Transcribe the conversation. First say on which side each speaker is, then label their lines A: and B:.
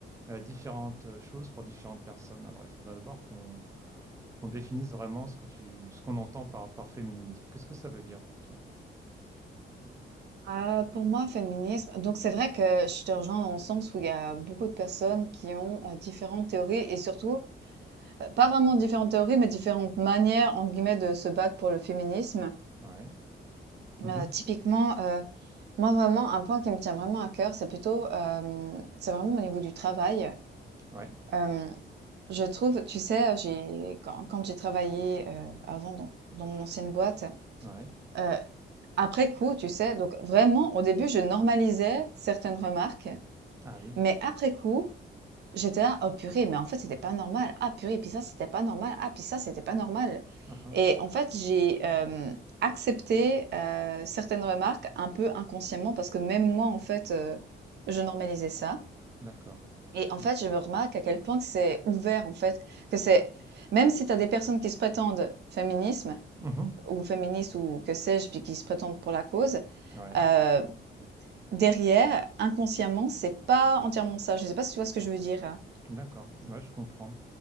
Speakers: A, on the right; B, on the right.
A: euh, différentes choses pour différentes personnes. Alors il faudra d'abord qu'on qu'on définisse vraiment ce que tu, ce qu'on entend par, par féminisme. Qu'est-ce que ça veut dire pour toi?
B: Euh, pour moi, féminisme, donc c'est vrai que je te rejoins dans le sens où il y a beaucoup de personnes qui ont euh, différentes théories et surtout, euh, pas vraiment différentes théories, mais différentes manières, entre guillemets, de se battre pour le féminisme.
A: Ouais. Mhm.
B: Euh, typiquement, euh, moi vraiment, un point qui me tient vraiment à cœur, c'est plutôt, euh, c'est vraiment au niveau du travail.
A: Ouais.
B: Euh, je trouve, tu sais, j'ai, quand, quand j'ai travaillé euh, avant dans, dans mon ancienne boîte,
A: Ouais.
B: euh, après coup, tu sais, donc vraiment, au début, je normalisais certaines remarques.
A: Ah oui.
B: Mais après coup, j'étais là, oh purée, mais en fait, c'était pas normal. Ah purée, puis ça, c'était pas normal. Ah, puis ça, c'était pas normal.
A: Ah Uhum.
B: Et en fait, j'ai euh, accepté euh, certaines remarques un peu inconsciemment parce que même moi, en fait, euh, je normalisais ça.
A: D'accord.
B: Et en fait,
A: Et
B: je me remarque à quel point que c'est ouvert, en fait, que c'est, même si tu as des personnes qui se prétendent féminisme
A: Mmh
B: ou féministes ou que sais-je, puis qui se prétendent pour la cause,
A: Ouais,
B: euh, derrière, inconsciemment, c'est pas entièrement ça. Je sais pas si tu vois ce que je veux dire.
A: d'accord, ouais, je comprends.